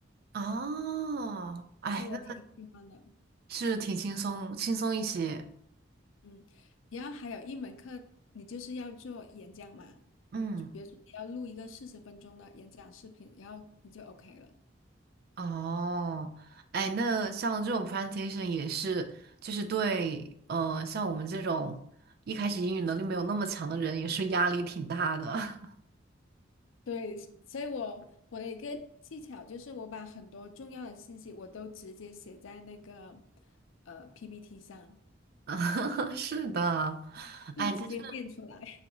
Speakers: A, on the right; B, on the left.
A: 哦，哎，
B: 对我挺喜欢的。
A: 那是挺轻松，轻松一些。
B: 嗯，然后还有一门课，你就是要做演讲嘛，
A: 嗯。
B: 比如说你要录一个四十分钟的演讲视频，然后你就 OK 了。
A: 哦，哎，那像这种 presentation 也是，就是对，呃，像我们这种一开始英语能力没有那么强的人，也是压力挺大的。<laughs>
B: 对，所以我我的一个技巧就是，我把很多重要的信息我都直接写在那个呃 PPT 上，
A: 啊，是的，
B: 就直接念出来。
A: 哎，但是